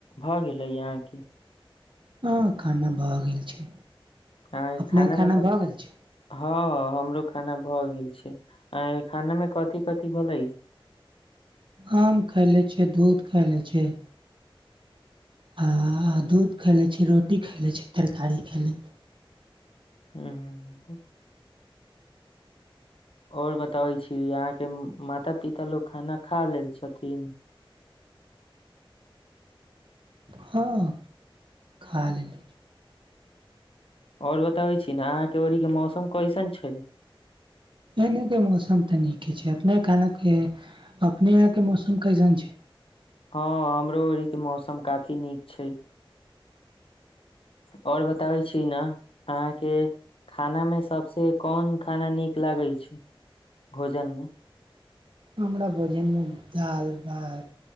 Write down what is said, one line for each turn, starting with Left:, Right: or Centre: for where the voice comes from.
Left: भए गेलै अहाँके
Right: हँ खाना भए गेल छै
Left: अहाँ
Right: अपनेके खाना
Left: मे क-
Right: भए गेल छै
Left: हँ हमरो खाना भऽ गेल छै खाना में कथी कथी भेले
Right: आम खाय ले छै दूध खाय ले छै आ दूध खा ले छी रोटी खा ले छी तरकारी ख ले
Left: ह खू और बताबै छी आहा के माता पिता लोग खाना खा लेल छथिन
Right: हँह् खा लेली
Left: और बताबै छी ने अहाँ के ओरी के मौसम कैसन छै
Right: एने के मौसम तऽ नीके छै अपने खान के अपने यहा के मौसम कैसन छै
Left: हँ हमरो ओरी के मौसम काफी नीक छै आओर बताबै छी ने अहाँके खाना मे सबसे कोन खाना नीक लागै छै भोजन मे
Right: हमरा भोजन में दाल भात